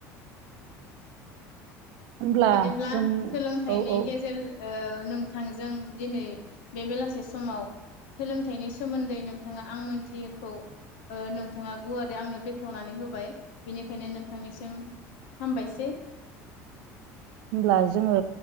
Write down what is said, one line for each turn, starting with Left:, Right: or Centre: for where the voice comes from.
Right: होनब्ला
Left: बिदिब्ला
Right: जों
Left: सोलोंथाइनि
Right: औ औ
Left: गेजेर नोंथांजों दिनै बे बेलासे समाव सोलोंथाइनि सोमोन्दै नोंथाङा आं मोनथियैखौ नोंथाङा गुवारै आंनो बेखेवनानै होबाय बेनिखायनो नोंथांनिसिम हामबायसेै।
Right: होमब्ला जोङो